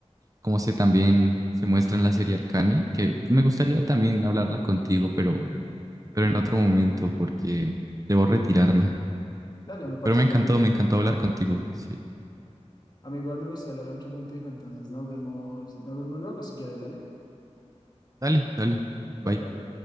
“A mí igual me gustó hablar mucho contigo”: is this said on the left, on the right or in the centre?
Left